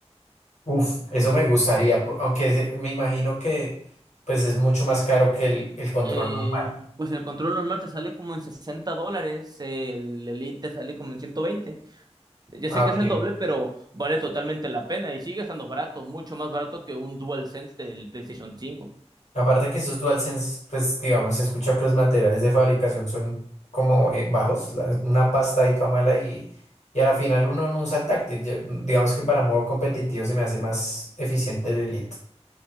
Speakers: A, on the left; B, on the right.
A: Uf, eso me gustaría, po- aunque se- me imagino que pues es mucho más caro que el, el control
B: Eh,
A: normal.
B: pues el control normal te sale como en 60 dólares, el Elite te sale como en ciento veinte Ya
A: Ah,
B: sé que
A: ok,
B: es el doble, pero vale totalmente la pena y sigue estando barato, mucho más barato que un DualSense del PlayStation cinco
A: Aparte que esos DualSense, pues digamos, he escuchado que los materiales de fabricación son como eh, bajos, la- una pasta y toda mala y, y a la final uno no usa el táctil. Yo- digamos que para modo competitivo se me hace más eficiente el Elite.